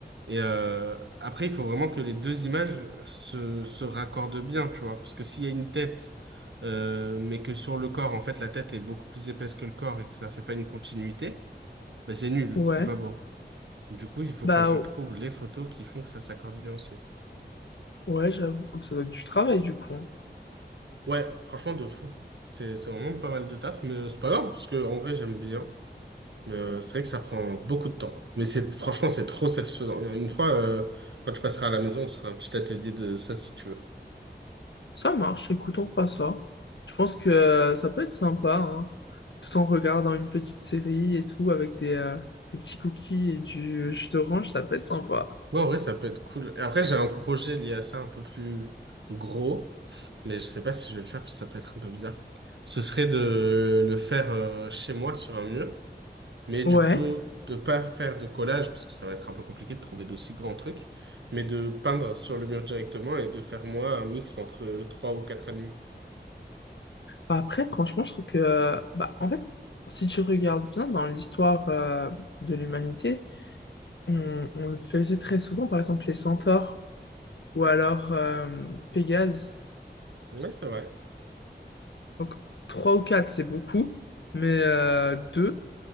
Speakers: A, on the right; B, on the left.
A: Et euh, après, il faut vraiment que les deux images se, se raccordent bien, tu vois. Parce que s'il y a une tête, euh, mais que sur le corps, en fait, la tête est beaucoup plus épaisse que le corps et que ça fait pas une continuité, ben c'est nul,
B: Ouais,
A: c'est pas beau. Du coup, il faut
B: bah
A: que je trouve les photos qui font que ça s'accorde bien aussi.
B: ouais, j'avoue. Ça doit être du travail, du coup. hein.
A: Ouais, franchement, de fou. C'est c'est vraiment pas mal de taf, mais c'est pas grave, parce que en vrai, j'aime bien. Euh, c'est vrai que ça prend beaucoup de temps. Mais c'est franchement, c'est trop satisfaisant. Une fois, euh, quand je passerai à la maison, on se fera un petit atelier de ça si tu veux.
B: Ça marche, écoute, on fera ça. Je pense que euh, ça peut être sympa, hein, tout en regardant une petite série et tout, avec des, euh, des petits cookies et du jus d'orange, ça peut être sympa.
A: Ouais, en vrai, ça peut être cool. Et après, j'ai un projet lié à ça un peu plus gros, mais je sais pas si je vais le faire parce que ça peut être un peu bizarre. Ce serait de le faire euh, chez moi sur un mur, mais
B: Ouais.
A: du coup, de pas faire de collage parce que ça va être un peu compliqué de trouver d'aussi grands trucs, mais de peindre sur le mur directement et de faire moi un mixte entre trois ou quatre animaux.
B: Bah après, franchement, je trouve que, euh, bah, en fait, si tu regardes bien dans l'histoire euh, de l'humanité, on, on le faisait très souvent, par exemple les centaures ou alors euh, Pégase.
A: Ouais, c'est vrai.
B: Donc, trois ou quatre, c'est beaucoup, mais euh, deux,